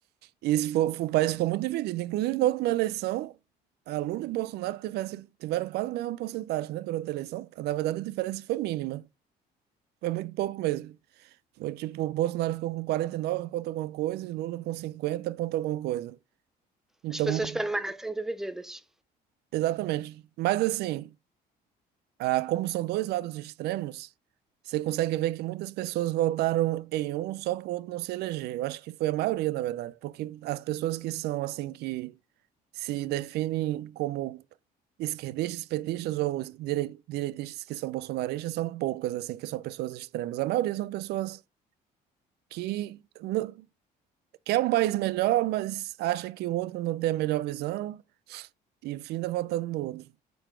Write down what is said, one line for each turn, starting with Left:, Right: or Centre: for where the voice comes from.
Right: E isso foi, foi- o país ficou muito dividido. Inclusive, na última eleição, a Lula e Bolsonaro tivesse, tiveram quase a mesma porcentagem, né, durante a eleição. Na verdade, a diferença foi mínima. Foi muito pouco mesmo. Foi tipo, o Bolsonaro ficou com 49 ponto alguma coisa e Lula com 50 ponto alguma coisa. Então,
Centre: As pessoas permanecem divididas.
Right: exatamente. Mas assim. Ah, como são dois lados extremos, você consegue ver que muitas pessoas votaram em um só para o outro não se eleger. Eu acho que foi a maioria, na verdade, porque as pessoas que são assim que se definem como esquerdistas, petistas ou os direi- direitistas que são bolsonaristas são poucas, assim, que são pessoas extremas. A maioria são pessoas que não- quer um país melhor, mas acha que o outro não tem a melhor visão e finda votando no outro.